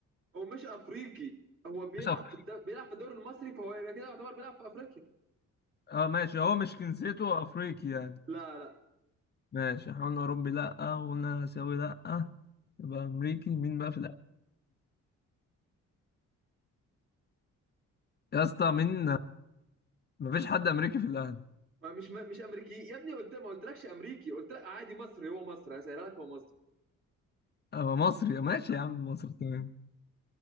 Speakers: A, on the right (about 45°); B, on the left (about 35°).
A: هو مش افريقي هو بيلعب
B: مش افريقي
A: في الد... بيلعب في الدوري المصري فهو يبقى كده يعتبر بيلعب في افريقيا
B: اه ماشي هو مش جنسيته افريقي يعني
A: لا لا
B: ماشي احنا قلنا اوروبي لا وقلنا اسيوي لا يبقى امريكي مين بقى في الاخر يا اسطى مين مفيش حد امريكي في الاهلي
A: ما مش ما مش امريكي يا ابني قلت ما قلتلكش امريكي قلت لك عادي مصري هو مصري هسهلها لك هو مصري
B: هو مصري ماشي يا عم مصري تمام